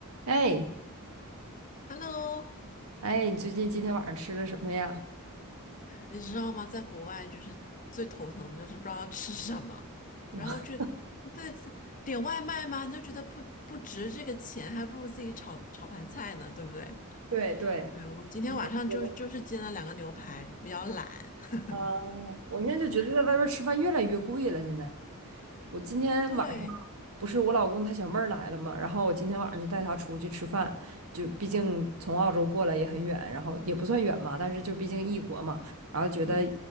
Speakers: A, on the right (about 70°); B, on the left (about 35°).
A: 哎
B: Hello，
A: 哎，你最近今天晚上吃的什么呀？
B: 你知道吗？在国外就是最头疼的就是不知道吃什么，
A: <laughs>
B: 然后这对点外卖吗？你就觉得不不值这个钱，还不如自己炒炒盘菜呢，对不对？
A: 对对，
B: 对，我今天晚上就是就是煎了两个牛排，
A: 觉得
B: 比较懒。<laughs>
A: 啊，我现在就觉得在外边儿吃饭越来越贵了。现在我今天晚上
B: 对，
A: 不是我老公他小妹儿来了嘛，然后我今天晚上就带她出去吃饭，就毕竟从澳洲过来也很远，然后也不算远嘛，但是就毕竟异国嘛，然后觉得
B: 嗯，